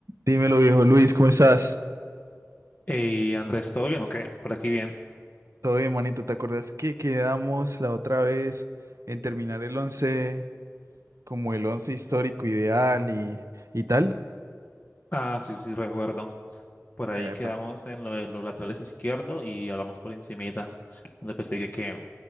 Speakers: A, on the right; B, on the left.
A: Dímelo, viejo Luis, ¿cómo estás?
B: Hey, Andrés, ¿todo bien o qué? Por aquí bien.
A: Todo bien, manito. ¿Te acuerdas que quedamos la otra vez en terminar el 11, como el 11 histórico ideal y, y tal?
B: Ah, sí, sí, recuerdo. Por ahí
A: Epa,
B: quedamos en lo de los laterales izquierdo y hablamos por encimita, donde pues dije que